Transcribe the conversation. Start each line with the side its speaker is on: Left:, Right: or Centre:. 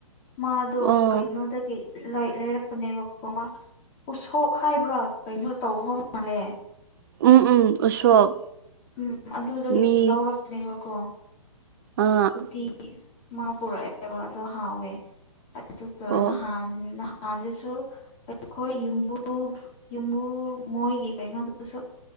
Left: ꯃꯥꯗꯣ
Right: ꯑꯣ
Left: ꯀꯩꯅꯣꯗꯒꯤ ꯂꯩ ꯂꯩꯔꯛꯄꯅꯦꯕꯀꯣ ꯃꯥ ꯎꯁꯣꯞ ꯍꯥꯏꯕ꯭ꯔꯥ ꯀꯩꯅꯣ ꯇꯧꯕ ꯃꯥꯜꯂꯦ
Right: ꯎꯝ ꯎꯝ ꯎꯁꯣꯞ
Left: ꯎꯝ ꯑꯗꯨꯗꯒꯤ
Right: ꯃꯤ
Left: ꯂꯧꯔꯛꯄꯅꯦꯕꯀꯣ
Right: ꯑꯥ
Left: ꯎꯠꯇꯤ ꯃꯥ ꯄꯨꯔꯛꯑꯦꯕ ꯑꯗꯣ ꯍꯥꯎꯋꯦ ꯑꯗꯨꯒ
Right: ꯑꯣ
Left: ꯅꯍꯥꯟ ꯅꯍꯥꯟꯗꯁꯨ ꯑꯩꯈꯣꯏ ꯌꯨꯝꯕꯨ ꯌꯨꯝꯕꯨ ꯃꯣꯏꯒꯤ ꯀꯩꯅꯣꯗꯨꯁꯨ